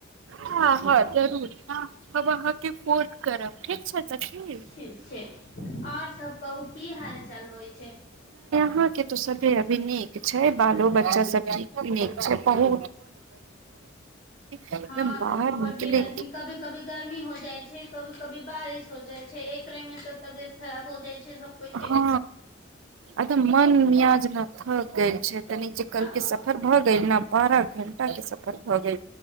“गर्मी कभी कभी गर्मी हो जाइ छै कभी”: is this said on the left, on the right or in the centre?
Left